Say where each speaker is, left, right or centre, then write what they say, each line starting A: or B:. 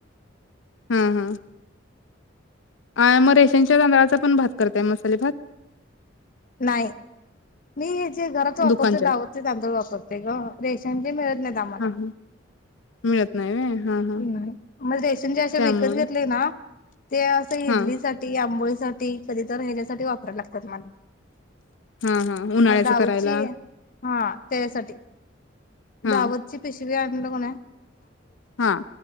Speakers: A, on the left; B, on the left.
A: हम्म हम्म, हा मग रेशनच्या तांदळाचा पण भात करताय मसाले भात
B: नाही मी जे घरात वापरते
A: दुकानच्यात
B: दावत ते तांदूळ वापरते ग रेशन चे मिळत नाहीत आम्हाला
A: हा हा मिळत नाही व्हय हा हा
B: नाही म्हणजे रेशन जे असे
A: त्यामुळे
B: विकत घेतले ना ते असं इडली
A: हा
B: साठी आंबोळी साठी कधीतर ह्याच्यासाठी वापराया लागतात मला
A: हा हा उन्हाळ्याचं
B: मग दावतची
A: करायला
B: हा त्याच्यासाठी
A: हा
B: दावतची स्पेश <unintelligible> कोण आहे.
A: हा.